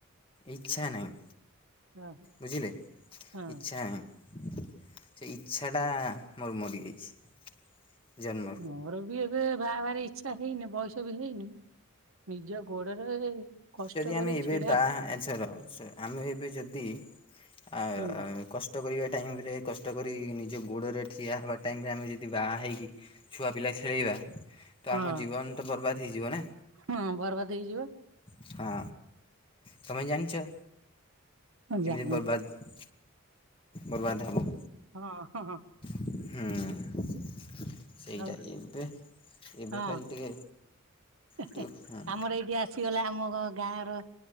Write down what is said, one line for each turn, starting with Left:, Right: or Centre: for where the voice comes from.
Left: ଇଚ୍ଛା ନାହିଁ।
Right: ନାହିଁ
Left: ବୁଝିଲେ
Right: ହଁ।
Left: ଇଛା ହିଁ ସେ ଇଚ୍ଛାଟା ମୋର ମରିଯାଇଚି ଜନ୍ମ
Right: ମୋର ବି ଏବେ ବାହା ହେବାରେ ଇଛା ହେଇନି ବୟସ ବି ହେଇନି ନିଜ ଗୋଡରେ କଷ୍ଟ
Left: ଯଦି ଆମେ
Right: କରି
Left: ଏବେ
Right: ଛିଡା
Left: ବାହା ଆଛାର ଆମେ ଏବେ ଯୋଦି ଆ
Right: ହୁଁ
Left: କଷ୍ ଟ କରିବା ଟାଇମ୍ ରେ କଷ୍ଟ କରି ନିଜ ଗୋଡ଼ରେ ଠିଆ ହେବା ଟାଇମ୍ ରେ ଆମେ ଯଦି ବା ହେଇକି ଛୁଆ ପିଲା ଖେଳେଇବା ତ
Right: ହଁ
Left: ଆମ ଜୀବନ୍ ତ ବର୍ବାଦ ହେଇଯିବ ନା।
Right: ହଁ ବର୍ବାଦ୍ ହେଇଯିବ।
Left: ହଁ ତମେ ଜାଣଚ?
Right: ଜାଣିଛି
Left: ଏମିତି ବର୍ବାଦ ବର୍ବାଦ ହେବ।
Right: ହଁ ହଁ ହଁ।
Left: ହୁଁ। ସେଇଟା
Right: ଆଉ
Left: ଏବେ ଏବେ
Right: ହଁ
Left: ଖାଲି ଟିକେ
Right: ସେ
Left: ଟିକେ
Right: ହେ
Left: ହୁଁ
Right: ଆମର ଏଇଠି ଆ ସିଗଲା ଆମ ଘ ଗାଁ ର